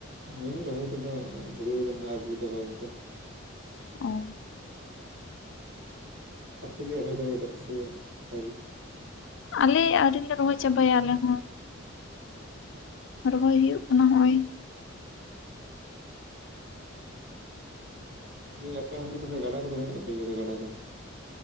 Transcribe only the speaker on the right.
ᱦᱮᱸ ᱨᱚᱦᱚᱭ ᱠᱚᱫᱚ ᱫᱷᱩᱨᱟᱹᱣ ᱠᱟᱱᱟ ᱟᱣᱨᱤ ᱞᱮ ᱪᱟᱵᱟᱭᱟ ᱮᱱ ᱛᱮ᱾
ᱟᱯᱮᱜᱮ ᱨᱚᱦᱚᱭ ᱪᱟᱵᱟ ᱠᱮᱫᱟ ᱯᱮ ᱥᱮ ᱟᱨᱤ᱾
ᱟᱯᱮ ᱚᱱᱟ ᱠᱚᱨᱮ ᱛᱟᱦᱚᱞᱮ ᱜᱟᱰᱟ ᱠᱚᱫᱚ ᱢᱮᱱᱟᱜ ᱛᱟᱯᱮᱭᱟ ᱜᱟᱰᱟ ᱠᱚᱫᱚ᱾